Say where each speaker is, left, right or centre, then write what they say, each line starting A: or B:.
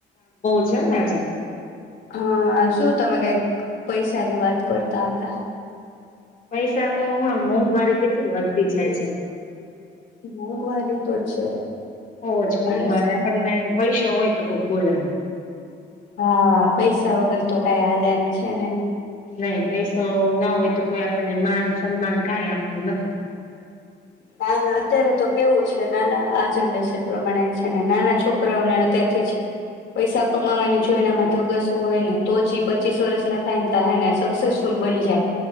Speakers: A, on the left; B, on the left.
A: <unintelligible> આજે
B: હા, શું તમે કાઈક પૈસાની વાત કરતા હતા?
A: પૈસા તો હું આમ મોંઘવારી કેટલી વધતી જાય છે.
B: મોંઘવારી તો છે.
A: હો, જ મોંઘવારે
B: અને
A: આપણને પૈશો હોય તો કોઈક બોલાવે
B: હા, પૈસા વગર તો કઈ હાલે એમ છેને
A: નઈ પૈસો ના હોય તો કોઈ આપણને માન, સન્માન કઈ આપતું નથી.
B: નાના અત્યારે તો કેવું છે, નાના આ જનરેશન પ્રમાણે છે ને, નાના છોકરાઓને અત્યારથી જ પૈસા કમાવાની જો એનામાં ધગસ હોય ને, તોજ પચીસ વર્ષ ના થાય ને ત હેને સક્સેસફુલ બની જાય,